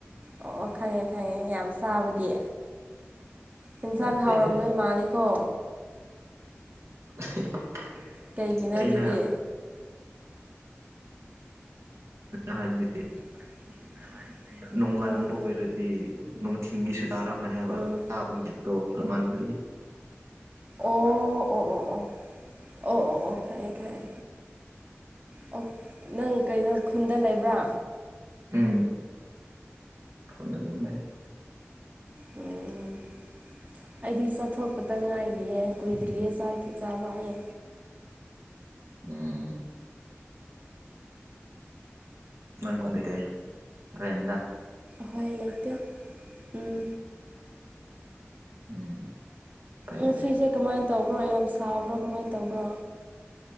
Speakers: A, on the right; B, on the right.
A: ꯑꯣ ꯑꯣ ꯈꯪꯉꯦ ꯈꯪꯉꯦ ꯌꯥꯝ ꯆꯥꯕꯒꯤ ꯌꯦꯟꯁꯥꯡ
B: ꯅꯠꯇꯦꯍꯦ
A: ꯍꯥꯎꯔꯝꯗꯣꯏ ꯃꯥꯂꯦꯀꯣ
B: <inaudible>
A: ꯀꯩꯒꯤꯅꯣ
B: ꯑꯩꯅ
A: ꯑꯗꯨꯗꯤ
B: ꯍꯥꯏꯕꯗꯤ
A: <inaudible>
B: ꯅꯣꯡ
A: ꯑꯥ
B: ꯉꯟꯕ ꯑꯣꯏꯔꯗꯤ ꯅꯨꯡꯊꯤꯟꯒꯤꯁꯨ ꯆꯥꯔꯝꯃꯅꯤ ꯍꯥꯏꯕ
A: ꯎꯝ
B: ꯍꯥꯥꯒꯤꯖꯞꯇꯣ ꯔꯃꯥꯟꯕꯩꯅꯦ
A: ꯑꯣ ꯑꯣ ꯑꯣ ꯑꯣ ꯑꯣ ꯑꯣ ꯑꯣ ꯈꯥꯏꯑꯦ ꯈꯥꯏꯦ ꯑꯣ ꯅꯪ ꯀꯩꯅꯣ ꯈꯨꯟꯗ ꯂꯩꯕ꯭ꯔꯥ
B: ꯎꯝ ꯐꯣꯟꯅ ꯑꯗꯨꯝ ꯂꯩ
A: ꯎꯝ ꯑꯩꯗꯤ ꯆꯠꯊꯣꯛꯄꯇ ꯉꯥꯏꯔꯤꯌꯦ ꯀꯨꯏꯗ꯭ꯔꯤꯌꯦ ꯆꯈꯤ ꯆꯥꯕꯌꯦ
B: ꯎꯝ ꯅꯪꯀꯗꯔꯦ ꯔꯦꯗꯥ
A: ꯍꯣꯏ ꯂꯩꯇ ꯎꯝ
B: ꯎꯝ ꯐꯩ
A: ꯎ
B: ꯐꯩ
A: ꯁꯤꯁꯤ ꯀꯃꯥꯏꯅ ꯇꯧꯕ꯭ꯔꯣ ꯌꯥꯝ ꯁꯥꯕ꯭ꯔꯣ ꯀꯃꯥꯏꯅ ꯇꯧꯕ꯭ꯔꯣ